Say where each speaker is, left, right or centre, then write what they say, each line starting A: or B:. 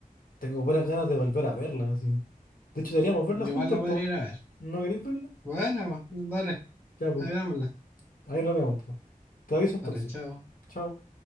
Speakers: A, on the left; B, on the left.
A: tengo buenas ganas de volver a verla, así. De hecho, deberíamos
B: igual
A: verla juntos,
B: la podría
A: po.
B: ir a ver.
A: ¿No queréis verla?
B: Bueno, pues, dale,
A: Ya, po.
B: ahí dámosla.
A: Ahí nos vemos, po. Te aviso entonces.
B: Dale, chao.
A: Chao.